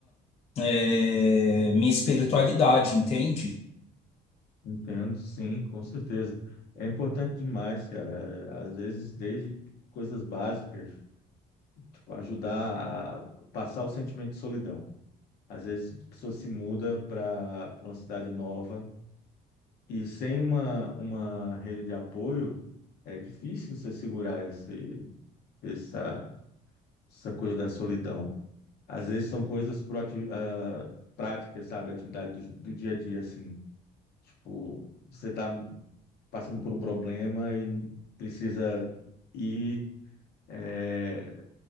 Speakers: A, on the left; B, on the left.
A: eh, minha espiritualidade, entende?
B: Entendo, sim, com certeza. É importante demais, cara. É, Às vezes, desde coisas básicas, tipo, ajudar a passar o sentimento de solidão. Às vezes, a pessoa se muda para uma cidade nova e sem uma, uma rede de apoio, é difícil você segurar esse, essa, essa coisa da solidão. Às vezes, são coisas proati- ah, práticas, sabe? Atividade do, do dia a dia, assim. Tipo, você tá passando por um problema e precisa ir é,